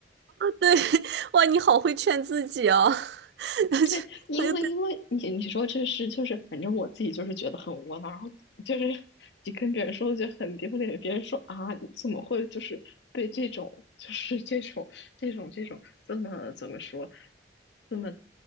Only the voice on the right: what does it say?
对，哇，你好会劝自己啊，<laughs>
我就对